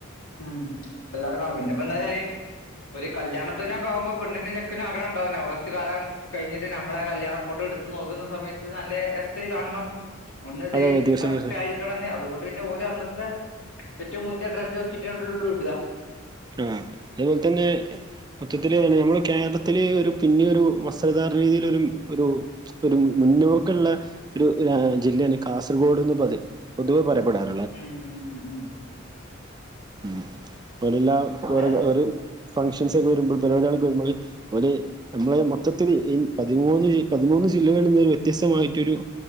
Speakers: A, on the left; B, on the right.
A: ഉം എല്ലാവരും കാണും പിന്നപ്പം എന്താച്ചാല് ഒരു കല്യാണത്തിനൊക്കെ ആവുമ്പോ പെണ്ണിനും ചെക്കനും ആഗ്രഹം ഇണ്ടാവൂലെ കൊർച്ച് കാലം കഴിഞ്ഞിട്ട് നമ്മളെ കല്യാണ ഫോട്ടോ എടുത്ത് നോക്കുന്ന സമയത്ത് നല്ല രസത്തില് കാണണം ഒന്ന് ഇത്
B: അതെ അതെ തീർച്ചയായും
A: കറക്ടായി
B: തീർച്ചയായും
A: ട്ട്ണന്നെ അതുകൊണ്ട് പിന്നെ ഓല് അന്നത്തെ ഏറ്റവും മുന്ത്യ ട്രന്റാേക്കി നോക്കീട്ടെള്ളൂ ഇടാ
B: ആഹ് അതേപോൽത്തന്നെ മൊത്തത്തില് അല്ല നമ്മളെ കേരളത്തില് ഒരു പിന്നെ ഒരു വസ്ത്രധാരണ രീതിയിലൊരു ഒരു ഒരു മുൻ മുന്നോക്കള്ള ഒരു രാ ജില്ലേണ് കാസർഗോഡ്ന്ന് പതിയ പൊതുവെ പറയപ്പെടാറ്
A: ഉം ഉം ഉം ഉം
B: ഉം പോലല്ലാ
A: അതെ
B: ഒര്
A: അതെ
B: ഒരു ഫങ്ഷൻസ് ഒക്കെ വരുമ്പോ പരിപാടികൾക്ക് വരുമ്പള് ഒര് നമ്മളെ മൊത്തത്തിൽ ഈ പതിമൂന്ന് പതിമൂന്ന് ജില്ലകളിൽ നിന്ന് ഒരു വ്യത്യസ്തമായിട്ടൊരു